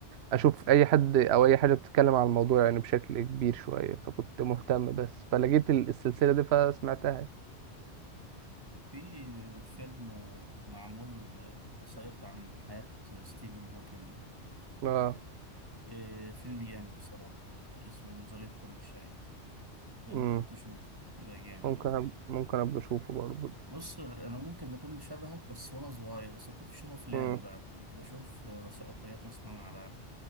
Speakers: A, on the right; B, on the right.
A: اشوف اي حد او اي حاجه بتتكلم عن الموضوع يعني بشكل كبير شويه فكنت مهتم بس فلقيت ال- السلسله دي فسمعتها يعني.
B: في فيلم آه، معمول آه، وثائقي عن حياه ستيفن هوكينج
A: اه
B: آه، فيلم جامد بصراحه اسمه نظريه كل شيء آه،
A: امم
B: ممكن تشوفه ده جامد
A: ممكن أب... ممكن ابقى اشوفه برضه
B: بص انا ممكن نكون شبهك بس وانا صغير بس كنت بشوف افلام
A: امم
B: بقى كنت بشوف آه، وثائقيات مثلا على